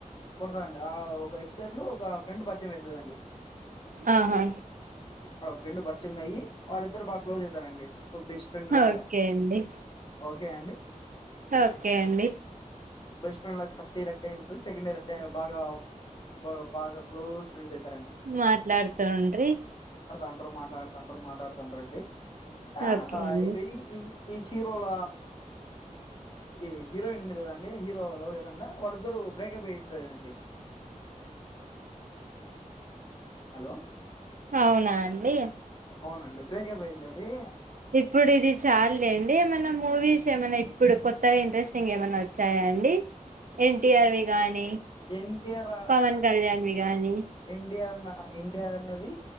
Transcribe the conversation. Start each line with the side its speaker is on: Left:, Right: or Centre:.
Left: కొడతారండి ఆ ఒక వెబ్సైట్ లో ఒక ఫ్రెండ్ పరిచయం అయితదండీ
Right: ఆహా
Left: ఆ ఫ్రెండ్ పరిచయం అయి అ బాగా క్లోజ్ అవుతారండి ఒక బెస్ట్ ఫ్రెండ్ లాగా
Right: ఓకే అండి
Left: ఓకే ఓకే అండి
Right: ఓకే అండి
Left: బెస్ట్ ఫ్రెండ్ లకి ఫస్ట్ ఇయర్ అట్టే అయిపోతది సెకండ్ ఇయర్ అట్టే బాగా బాగా బాగా క్లోజ్ ఫ్రెండ్స్ అయి
Right: మాట్లాడతవంటిరి
Left: అందర్ మాట్లాడుత అందర్ మాట్లాత ద్రెడ్డి ఆ
Right: ఓకే అండి
Left: ఏ ఈ ఈ హీరోల ఈ హీరోయిన్ ఉంది కదా అండి హీరో లవ్ చేస్తాండ్ల వాళ్ళద్దరు లవ్ బ్రేకప్ అయిందిదండి హలో
Right: అవునా అండి
Left: అవునండి బ్రేకే పోయిందది
Right: ఇప్పుడు ఇది చాల్లేండి ఏమనా మూవీస్ ఏమైన్నా ఇప్పుడు కొత్తగా ఇంట్రెస్టింగ్ ఏమన్నా వచ్చాయాండి ఎన్టీఆర్వి గాని
Left: ఎన్టీఆర్
Right: పవన్ కళ్యాణ్వి గాని
Left: ఎన్టీఆర్ ఇండియా అనేది